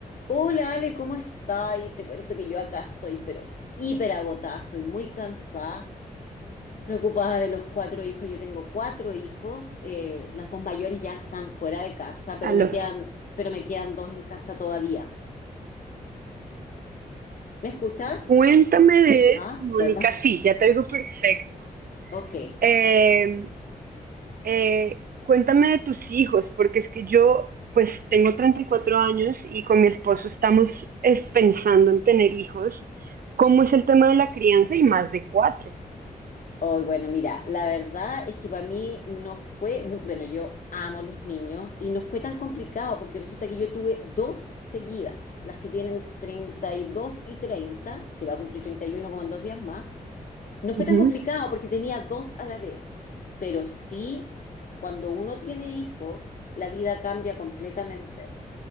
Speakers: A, on the left; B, on the right.
A: Hola Ale, ¿cómo estás? Y te cuento que yo acá estoy, pero hiper agotada, estoy muy cansada, preocupada de los cuatro hijos. Yo tengo cuatro hijos, eh, las dos mayores ya están fuera de casa, pero
B: Aló.
A: me quedan, pero me quedan dos en casa todavía. ¿Me escuchas?
B: Cuéntame de eso,
A: Ah,
B: Mónica.
A: perdón.
B: Sí, ya te oigo perfecto.
A: Ok.
B: Eh, eh, cuéntame de tus hijos, porque es que yo, pues tengo 34 años y con mi esposo estamos es, pensando en tener hijos. ¿Cómo es el tema de la crianza y más de cuatro?
A: Oh, bueno, mira, la verdad es que para mí no fue, no- bueno, yo amo los niños y no fue tan complicado porque resulta que yo tuve dos seguidas, las que tienen treinta y dos y treinta que va a cumplir 31 como en dos días más. No fue
B: Ujú.
A: tan complicado
B: <laughs>
A: porque tenía dos a la vez, pero sí, cuando uno tiene hijos, la vida cambia completamente